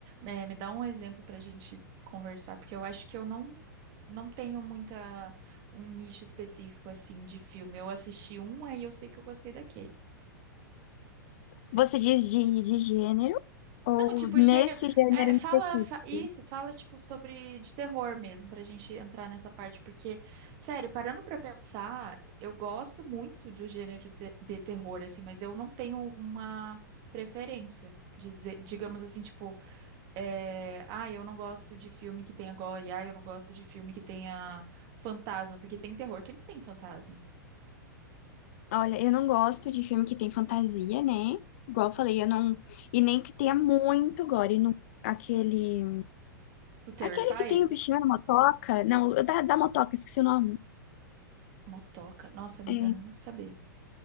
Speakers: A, on the right; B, on the left.
A: é, me dá um exemplo pra gente conversar, porque eu acho que eu não, não tenho muita um nicho específico, assim, de filme. Eu assisti um, aí eu sei que eu gostei daquele.
B: Você diz de, de gênero ou
A: Não, tipo,
B: nesse
A: gênero.
B: gênero
A: é,
B: em
A: fala
B: específico?
A: fa- isso, fala, tipo, sobre de terror mesmo, pra gente entrar nessa parte, porque, sério, parando pra pensar, eu gosto muito do gênero de, te- de terror, assim, mas eu não tenho uma preferência. Dizer, digamos assim, tipo, é, ah, eu não gosto de filme que tenha gore, ah, eu não gosto de filme que tenha fantasma, porque tem terror que não tem fantasma.
B: Olha, eu não gosto de filme que tem fantasia, né? Igual eu falei, eu não. E nem que tenha muito gore. E não- Aquele.
A: O Terrified,
B: Aquele que tem o bichinho na motoca. Não, da, da motoca, esqueci o nome.
A: motoca. Nossa, amiga,
B: É,
A: eu não vou saber.